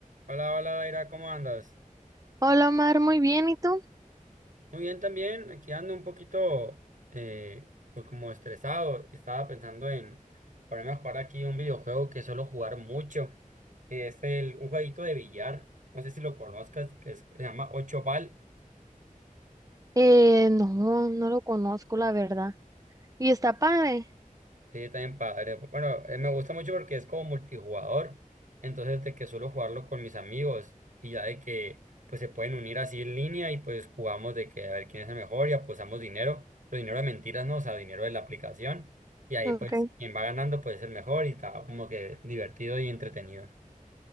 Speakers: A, on the right (about 65°); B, on the right (about 25°).
A: Hola, hola, Daira, ¿cómo andas?
B: Hola Omar, muy bien, ¿y tú?
A: Muy bien también, aquí ando un poquito eh, pues como estresado. Estaba pensando en ponerme a jugar aquí un videojuego que suelo jugar mucho. Es el, un jueguito de billar, no sé si lo conozcas, que es- se llama Ocho Ball.
B: Eh, no, no lo conozco, la verdad. ¿Y está padre?
A: Sí, también padre. Bueno, eh, me gusta mucho porque es como multijugador. Entonces, de que suelo jugarlo con mis amigos y ya de que pues se pueden unir así en línea y pues jugamos de que a ver quién es el mejor y apostamos dinero, pero dinero de mentiras, no, o sea, dinero de la aplicación. Y ahí
B: Ok.
A: pues quien va ganando pues es el mejor y está como que divertido y entretenido.